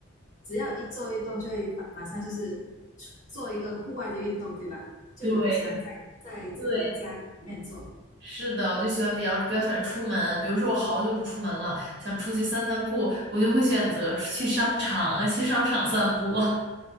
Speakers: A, on the left (about 40°); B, on the right (about 60°).
A: 只要一做运动就会马马上就是做一个户外的运动，对吧？就你不喜欢在在这个家里面做。
B: 对对，是的，我就喜欢比较比较喜欢出门，比如说我好久不出门了，想出去散散步，我就会选择出去商场，去商场散步。